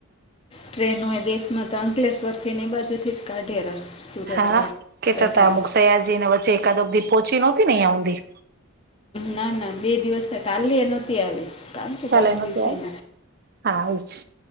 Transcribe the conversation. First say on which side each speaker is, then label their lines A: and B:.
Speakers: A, on the left; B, on the right.
A: ટ્રેન એ દ <unintelligible> તો અંકલેશ્વરથી ને બાજુથી જ કાઢેરા. સુરત
B: હા
A: વાળથી
B: કે ત ત મુખયાજીને વચે કદકધી પોચી નહોતી ને ઊંધી.
A: ના ના બે દિવસ કાલી એ નહોતી આવી. કાલ કે
B: કાલે
A: પરમ
B: નહોતી
A: દિવસેવ
B: આવી હા એજ